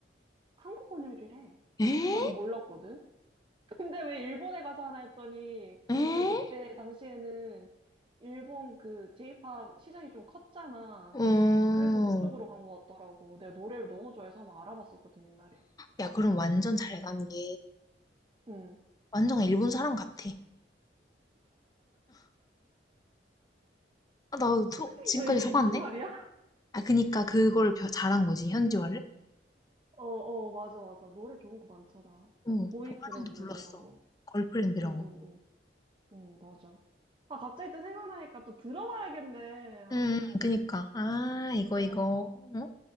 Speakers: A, on the right; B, on the left.
A: 한국 혼혈이래.
B: 에?
A: 나도 몰랐거든? 근데 왜 일본에 가서 하나 했더니,
B: 에?
A: 그냥 그때 당시에는 일본 그 J-pop 시장이 좀 컸잖아.
B: 어,
A: 그래서 그쪽으로 간 것 같더라고. 내가 노래를 너무 좋아해서 한번 알아봤었거든, 옛날에.
B: 야, 그럼 완전 잘 간 게,
A: 응.
B: 완전 일본 사람 같아. 아, 나 소- 지금까지
A: 야, 이게
B: 속았네?
A: 무슨 말이야?
B: 아, 그니까 그걸 벼- 잘한 거지, 현지화를?
A: 어, 어, 맞아, 맞아. 노래 좋은 거 많잖아. 막,
B: 응,
A: 보이프렌드,
B: 보아랑도 불렀어.
A: 막 이런 거.
B: 걸프렌드 이런
A: 응, 응,
B: 거.
A: 응. 응, 맞아. 아, 갑자기 또 생각나니까 또 들어봐야겠네. 아,
B: 응, 응, 그니까. 아, 이거,
A: 어,
B: 이거. 어?